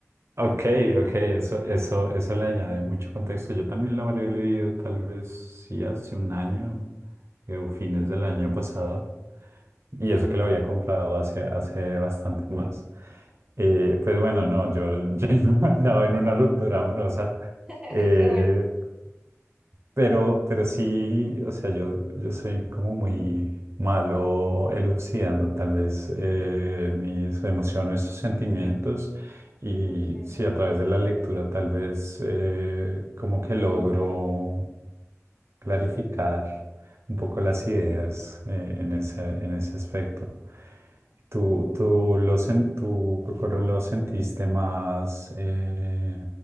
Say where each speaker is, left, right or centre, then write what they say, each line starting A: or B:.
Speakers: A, on the right; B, on the right.
A: ok, ok, eso, eso, eso le añade mucho contexto. Yo también lo habré leído tal vez sí hace un año eh, o fines del año pasado. Y eso que lo había comprado hace, hace bastante más. Eh, pues bueno,
B: Sí.
A: no, yo, <laughs> yo no andaba en una ruptura amorosa,
B: <laughs>
A: eh,
B: Qué bueno.
A: pero, pero sí, o sea, yo, yo soy como muy malo elucidando tal vez eh, mis emociones, sus sentimientos, y
B: Ok.
A: sí, a través de la lectura tal vez eh, como que logro clarificar un poco las ideas eh, en ese, en ese aspecto. Tú, tú, lo, sen- tú creo que lo sentiste más eh,